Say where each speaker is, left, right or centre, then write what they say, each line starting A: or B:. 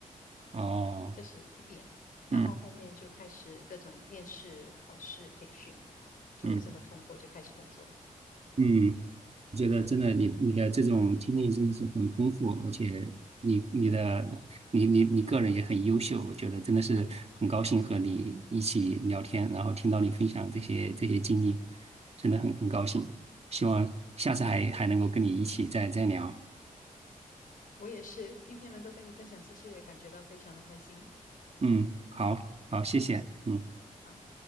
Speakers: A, on the right; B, on the left.
A: 哦，
B: 这是一点。然后后面就开始各种面试、
A: 嗯
B: 考试、培训，就这么通过就开始工作了。
A: 嗯嗯。我觉得真的你你的这种经历真的是很丰富，而且你你的你你你个人也很优秀，
B: 嗯哼，
A: 我觉得真的是很高兴和你一起聊天，然后听到你分享这些这些经历，真的很很高兴。希望下次还还能够跟你一起再再聊。
B: 我也是，今天能够跟你分享这些，也感觉到非常的开心。
A: 嗯，好好，谢谢。嗯。
B: 啊。